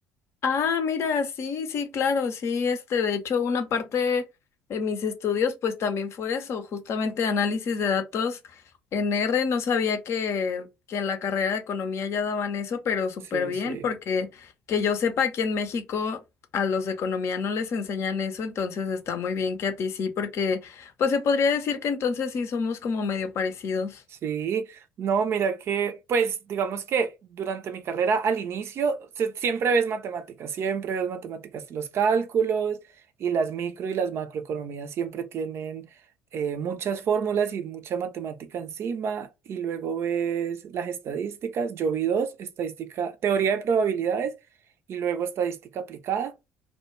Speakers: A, on the left; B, on the right.
A: Ah, mira, sí, sí, claro, sí, este, de hecho, una parte de mis estudios, pues también fue eso, justamente análisis de datos en R, no sabía que, que en la carrera de economía ya daban eso, pero súper
B: Sí,
A: bien,
B: sí.
A: porque que yo sepa, aquí en México a los de economía no les enseñan eso, entonces está muy bien que a ti sí, porque pues se podría decir que entonces sí somos como medio parecidos.
B: Sí, no, mira que, pues digamos que durante mi carrera al inicio se- siempre ves matemáticas, siempre ves matemáticas, los cálculos y las micro y las macroeconomías siempre tienen eh, muchas fórmulas y mucha matemática encima y luego ves las estadísticas, yo vi dos, estadística, teoría de probabilidades y luego estadística aplicada